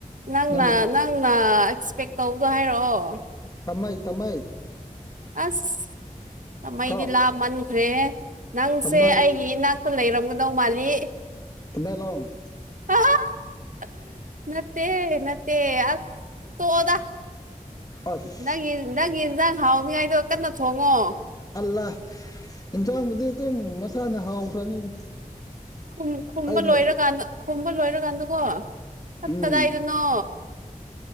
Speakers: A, on the right (about 65°); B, on the left (about 25°).
A: ꯅꯪꯅ
B: ꯅꯪ
A: ꯅꯪꯅ ꯑꯦꯛꯁꯄꯦꯛ ꯇꯧꯕꯗꯣ ꯍꯥꯏꯔꯛꯑꯣ
B: ꯇꯝꯃꯥꯏ ꯇꯝꯃꯥꯏ
A: ꯑꯁ ꯇꯃꯩꯗꯤ
B: ꯀꯣ
A: ꯂꯥꯞ ꯃꯟꯈ꯭ꯔꯦꯍꯦ ꯅꯪꯁꯦ
B: ꯇꯥꯃꯩ
A: ꯑꯩꯒꯤ ꯏꯅꯥꯛ ꯂꯩꯔꯝꯒꯗꯧ ꯃꯥꯜꯂꯤ
B: ꯇꯃꯦꯂꯣꯡ
A: <unintelligible> ꯅꯠꯇꯦ ꯅꯠꯇꯦ ꯇꯣꯛꯑꯣꯗ
B: ꯑꯁ
A: ꯅꯪꯒꯤ ꯅꯪꯒꯤ ꯏꯟꯖꯥꯡ ꯍꯥꯎꯅꯤꯉꯥꯏꯗꯣ ꯀꯟꯅ ꯊꯣꯡꯉꯣ
B: ꯑꯜꯂꯥ ꯏꯟꯁꯥꯡꯕꯨꯗꯤ ꯑꯗꯨꯝ ꯃꯁꯥꯅ ꯍꯥꯎꯈ꯭ꯔꯅꯤꯗ
A: ꯈꯨꯝ ꯈꯨꯝꯕ
B: ꯑꯩꯅ
A: ꯂꯣꯏꯔꯀꯥꯟꯗ ꯈꯨꯝꯕ ꯂꯣꯏꯔꯀꯥꯟꯗꯀꯣ
B: ꯎꯝ
A: ꯀꯗꯥꯏꯗ ꯅꯣ